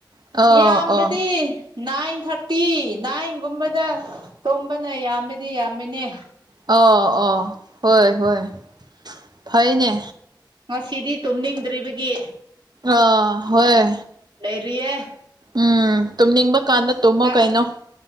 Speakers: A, on the right; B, on the right.
A: ꯑꯣ
B: ꯌꯥꯝꯕꯗꯤ
A: ꯑꯣ
B: ꯅꯥꯏꯟ ꯊꯥꯔꯇꯤ ꯅꯥꯏꯟꯒꯨꯝꯕꯗ ꯇꯨꯝꯕꯅ ꯌꯥꯝꯕꯗꯤ ꯌꯥꯝꯕꯅꯦ
A: ꯑꯣ ꯑꯣ ꯍꯣꯏ ꯍꯣꯏ ꯐꯩꯅꯦ
B: ꯁꯤꯗꯤ ꯇꯨꯝꯅꯤꯡꯗ꯭ꯔꯤꯕꯒꯤ
A: ꯑ ꯍꯣꯏ
B: ꯔꯤꯌꯦ
A: ꯎꯝ ꯇꯨꯝꯅꯤꯡꯕ ꯀꯥꯟꯗ ꯇꯨꯝꯃꯣ
B: ꯆꯥꯛ
A: ꯀꯩꯅꯣ